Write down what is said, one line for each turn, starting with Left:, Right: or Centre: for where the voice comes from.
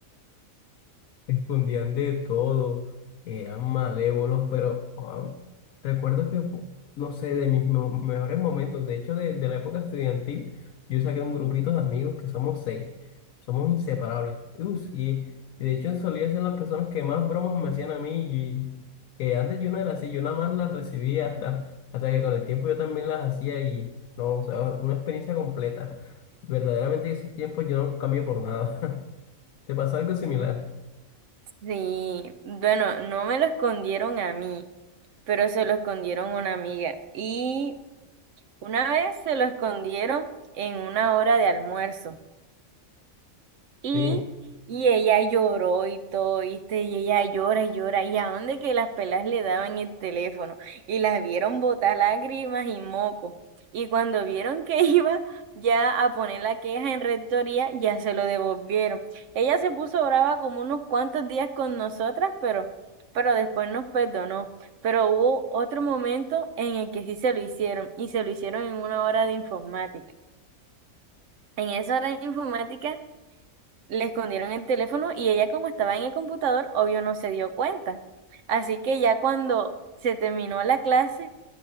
Left: escondían de todo, eran malévolos, pero ah, recuerdo que, fu- no sé, de mis mo- mejores momentos, de hecho, de, de la época estudiantil, yo saqué un grupito de amigos que somos seis, somos inseparables. Ups, y, y de hecho solía ser las personas que más bromas me hacían a mí, y que antes yo no era así, yo nada más las recibía hasta, hasta que con el tiempo yo también las hacía y, no, o sea, una experiencia completa. Verdaderamente esos tiempos yo no los cambio por nada. <laughs> ¿Te pasó algo similar?
Right: Sí, bueno, no me lo escondieron a mí. pero se lo escondieron a una amiga. Y una vez se lo escondieron en una hora de almuerzo. Y,
Left: Sí.
Right: y ella lloró y todo, ¿viste? Y ella llora y llora. ¿Y a dónde que las pelas le daban el teléfono? Y las vieron botar lágrimas y moco. Y cuando vieron que <laughs> iba ya a poner la queja en rectoría, ya se lo devolvieron. Ella se puso brava como unos cuantos días con nosotras, pero, pero después nos perdonó. Pero hubo otro momento en el que sí se lo hicieron, y se lo hicieron en una hora de informática. En esa hora de informática le escondieron el teléfono y ella como estaba en el computador, obvio no se dio cuenta. Así que ya cuando se terminó la clase